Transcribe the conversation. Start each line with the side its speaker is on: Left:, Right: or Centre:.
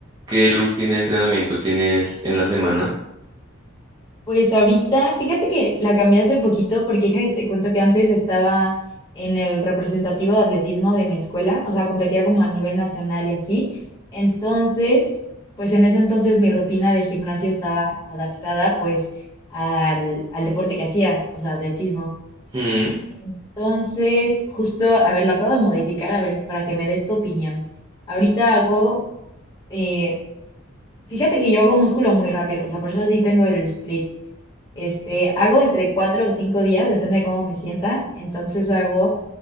Right: qué rutina de entrenamiento tienes en la semana.
Left: Pues ahorita, fíjate que la cambié hace poquito porque hija, te cuento que antes estaba en el representativo de atletismo de mi escuela, o sea, competía como a nivel nacional y así. Entonces, pues en ese entonces mi rutina de gimnasio estaba adaptada pues al, al deporte que hacía, o sea, atletismo.
Right: Mm,
Left: Entonces, justo, a ver, lo acabo de modificar, a ver, para que me des tu opinión. Ahorita hago, eh, fíjate que yo hago músculo muy rápido, o sea, por eso sí tengo el split. Este, hago entre cuatro o cinco días, depende de cómo me sienta. Entonces hago